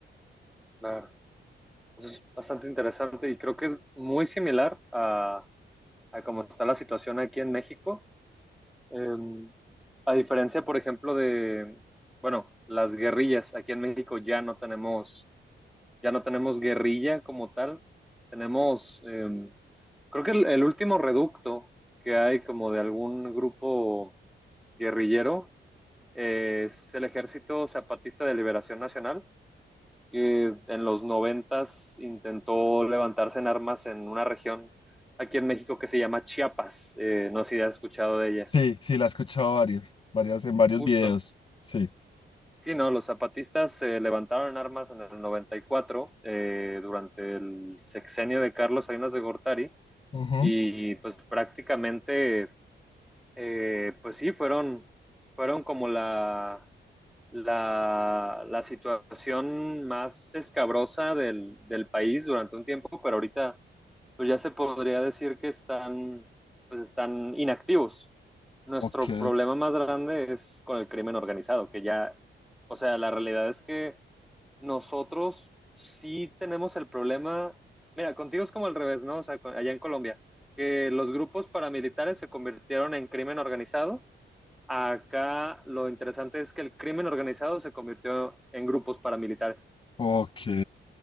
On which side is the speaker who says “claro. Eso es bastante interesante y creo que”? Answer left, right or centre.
Centre